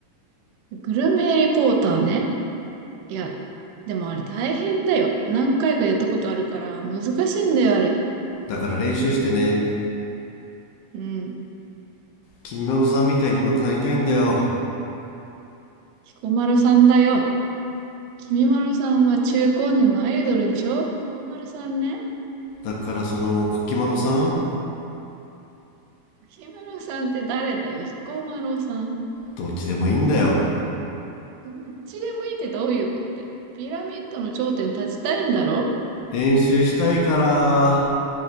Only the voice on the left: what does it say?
うだから練習してね、
君まろさんみたいに上手くなりたいんだよ。
だからその、コキまろさん
どっちでもいいんだよ。
練習したいから